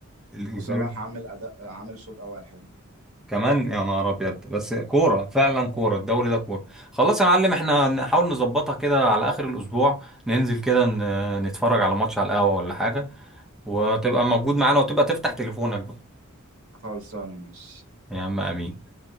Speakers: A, in the centre; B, on the right (about 80°).
A: الاثنين
B: وصلاح عامل اداء آه، عامل شوط اول حلو
A: كمان يا نهار ابيض بس كوره فعلا كوره الدوري ده كوره خلاص يا معلم احنا نحاول نظبطها كده على اخر الاسبوع ننزل كده ن- نتفرج على ماتش على القهوه ولا حاجه وتبقى موجود معانا وتبقى تفتح تليفونك بقى
B: خلصانه ماشي
A: يا عم امين